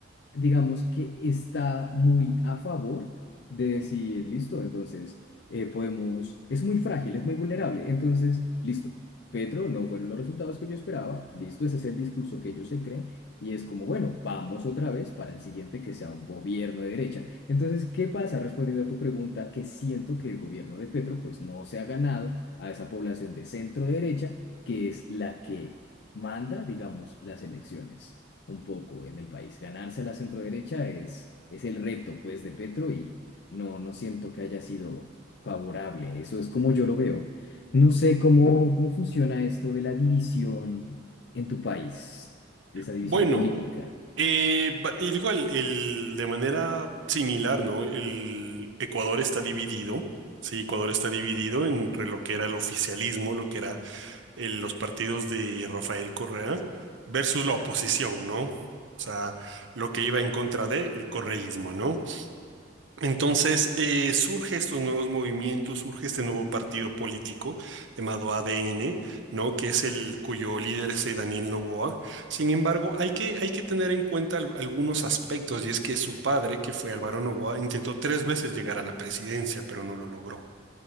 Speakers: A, on the left; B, on the right.
A: digamos que está muy a favor de decir, listo, entonces eh, podemos, es muy frágil, es muy vulnerable, entonces, listo, Petro, no fueron los resultados que yo esperaba, listo, ese es el discurso que ellos se creen, y es como, bueno, vamos otra vez para el siguiente que sea un gobierno de derecha. Entonces, ¿qué pasa? Respondiendo a tu pregunta, que siento que el gobierno de Petro pues no se ha ganado a esa población de centro derecha, que es la que manda, digamos, las elecciones un poco en el país. Ganarse a la centroderecha es, es el reto, pues, de Petro y no, no siento que haya sido favorable. Eso es como yo lo veo. No sé cómo, cómo funciona esto de la división en tu país, de esa división
B: Bueno,
A: política.
B: eh, ba- igual, el, de manera similar, ¿no? El Ecuador está dividido, sí, Ecuador está dividido entre lo que era el oficialismo, lo que era el- los partidos de Rafael Correa, versus la oposición, ¿no? O sea, lo que iba en contra de el correísmo, ¿no? Entonces, eh, surge estos nuevos movimientos, surge este nuevo partido político llamado ADN, ¿no? Que es el cuyo líder es eh, Daniel Noboa. Sin embargo, hay que, hay que tener en cuenta al- algunos aspectos, y es que su padre, que fue Álvaro Noboa, intentó tres veces llegar a la presidencia, pero no lo logró.